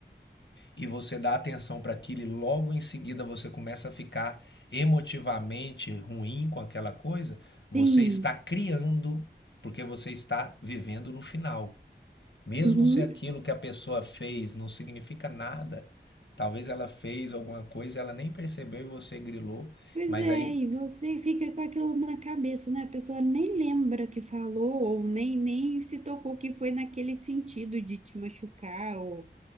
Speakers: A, on the left; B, on the right.
A: e você dá atenção para aquilo e logo em seguida você começa a ficar emotivamente ruim com aquela coisa, você
B: Sim.
A: está criando, porque você está vivendo no final. Mesmo
B: Uhum.
A: se aquilo que a pessoa fez não significa nada, talvez ela fez alguma coisa, ela nem percebeu e você grilou,
B: Pois
A: mas
B: é,
A: aí
B: e você fica com aquilo na cabeça, né? A pessoa nem lembra que falou, ou nem, nem se tocou que foi naquele sentido de te machucar, ou,